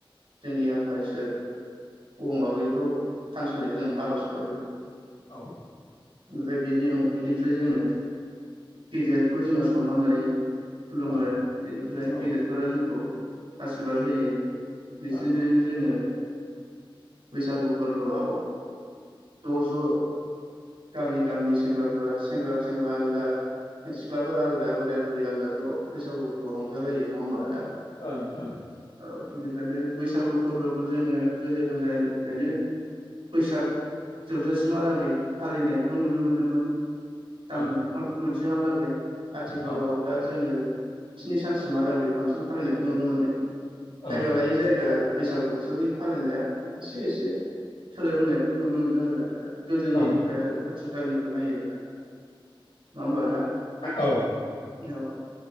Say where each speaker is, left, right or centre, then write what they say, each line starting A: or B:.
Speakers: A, on the right; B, on the left.
A: जोंनि आफा इसोर अबंलावरिखौ थानसालियाव जों आर'जगाबो
B: औ
A: ओमफ्राय बिनि ओं बिनिफ्राय जोङो गेदेरखौ जोङो सनमान लायो खुलुमो
B: औ
A: बेनिफ्राय
B: ओं
A: गेदेरफोरा जोंखौ स्रिबाद होयो बिसिनो
B: औ
A: जोङो बैसागु फोरबोआव ज'ज' गामि गामि सेंग्राफ्रा सेंग्रा सेंग्रा आलदा सिख्लाफोर आलदा बोराय बुरि आलदा ज' बैसागुबो रंजालायो नङा हमबा दा
B: ओं ओं
A: औ बेनिखायनो बैसागु फोरबोखौ जोङो गोदो गोदायनिफ्रायनो बैसाग जोबजासिमहालागै फालिनायखौ नुनो मोनोमोन। दान
B: ओं
A: मोनफ्राम मोनसेहलागै आथिखालाव
B: औ
A: दा जोङो स्नि सानसिमहालागै बांसिन फालिनायखौ नुनो मोनो
B: ओं
A: जायगा लायै जायगा बैसागु बोथोरनि फालिनाया एसे एसे सोलायबोनायखौ नुनो मोनदों आरो दा। गोदोनिफ्राय
B: औ
A: आथिखालनिखौ नायोब्ला नङा होमबा आदा?
B: ओं
A: औ